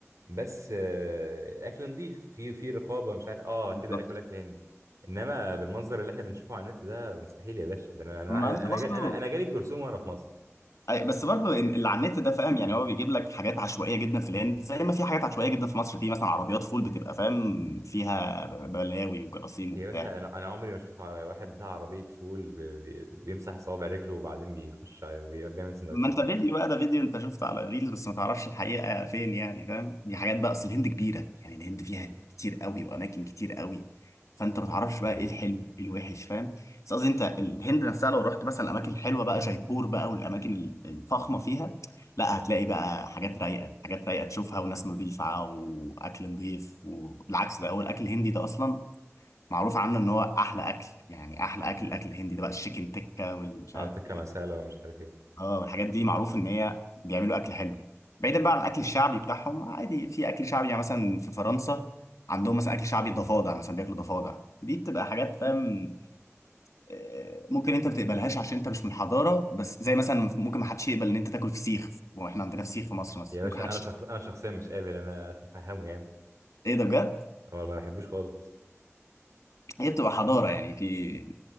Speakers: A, on the right; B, on the left.
A: بس آه، اكل نظيف في في رقابه مش عارف اه كده
B: بالظبط
A: اكل اكل هندي انما بالمنظر اللي احنا بنشوفه على النت ده مستحيل يا باشا ده انا انا
B: ما انت
A: انا جا- انا
B: برضه
A: أنا جالي الجرثومه وانا في مصر
B: أي بس برضه إن- اللي على النت ده فاهم يعني هو بيجيب لك حاجات عشوائيه جدا في الهند زي ما في حاجات عشوائيه جدا في مصر في مثلا عربيات فول بتبقى فاهم فيها بلاوي وجراثيم وبتاع
A: يا باشا انا انا عمري ما شفت على واحد بتاع عربيه فول بي- بي- بيمسح صوابع رجله وبعدين بيخش على- بي- بيعمل سندوتشات
B: ما انت فيديو بقى ده فيديو انت شفته على الريلز بس ما تعرفش الحقيقة فين يعني فاهم دي حاجات بقى اصل الهند كبيرة يعني الهند فيها كتير قوي واماكن كتير قوي فانت ما تعرفش بقى
A: صحيح
B: ايه الحلو ايه الوحش فاهم بس قصدي انت الهند نفسها لو رحت مثلا الاماكن الحلوة بقى جايبور بقى والاماكن ال- الفخمة فيها لا هتلاقي بقى حاجات رايقة حاجات رايقة تشوفها وناس نظيفة واكل نظيف والعكس ده هو الاكل الهندي ده اصلا معروف عنه ان هو احلى اكل يعني احلى اكل الاكل الهندي ده بقى الشيكن تكة والمش
A: اه
B: عارف
A: تكه
B: إيه.
A: مساله ومش عارف ايه
B: اه والحاجات دي معروف ان هي بيعملوا اكل حلو بعيدا بقى عن الاكل الشعبي بتاعهم عادي في اكل شعبي يعني مثلا في فرنسا عندهم مثلا اكل شعبي ضفادع مثلا بياكلوا ضفادع دي بتبقى حاجات فاهم آه، ممكن انت ما تقبلهاش عشان انت مش من الحضاره بس زي مثلا ممكن ما حدش يقبل ان انت تاكل فسيخ واحنا عندنا فسيخ في مصر مثلا
A: يا باشا
B: ممكن حدش
A: انا شخص انا شخصيا مش قابل انا اتفهمه يعني
B: ايه ده بجد
A: هو ما بحبوش خالص
B: هي بتبقى حضاره يعني في